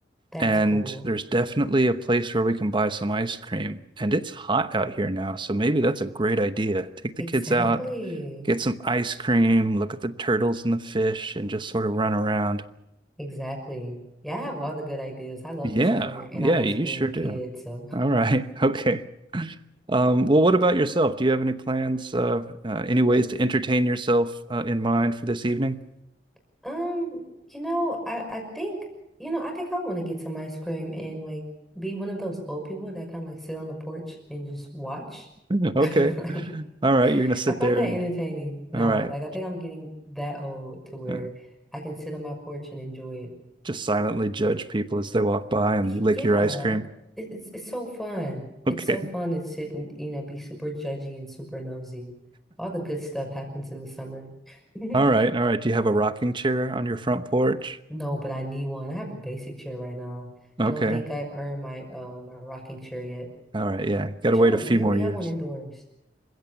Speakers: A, in the centre; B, on the right.
A: That's
B: And
A: cool.
B: there's definitely a place where we can buy some ice cream. And it's hot out here now, so maybe that's a great idea. Take the
A: Exactly.
B: kids out, get some ice cream, look at the turtles and the fish, and just sort of run around.
A: Exactly. Yeah, I have all the good ideas. I love
B: Yeah,
A: the summer and
B: yeah,
A: I miss
B: you
A: being
B: sure
A: a
B: do.
A: kid. So,
B: All right. <laughs> Okay. Um, well, what about yourself? Do you have any plans, uh, uh, any ways to entertain yourself uh, in mind for this evening?
A: <laughs> um, you know, I I think, you know, I think I want to get some ice cream and like be one of those old people that kind of like sit on the porch and just watch.
B: <laughs> Okay.
A: <laughs> Like,
B: All right. You're gonna sit
A: I find
B: there
A: that
B: and
A: entertaining. No,
B: all right,
A: like I think I'm getting that old to where
B: uh,
A: I can sit on my porch and enjoy it.
B: just silently judge people as they walk by and
A: Y-
B: lick
A: Yeah,
B: your ice cream. <laughs>
A: it, it's it's so fun.
B: Okay.
A: It's so fun to sit and you know be super judgy and super nosy. All the good stuff happens in the summer. <laughs>
B: All right. All right. Do you have a rocking chair on your front porch?
A: No, but I need one. I have a basic chair right now.
B: Okay.
A: I don't think I've earned my um my rocking chair yet.
B: All right. Yeah. Got
A: But
B: to wait
A: you know what's
B: a few
A: weird?
B: more
A: We
B: years.
A: have one indoors.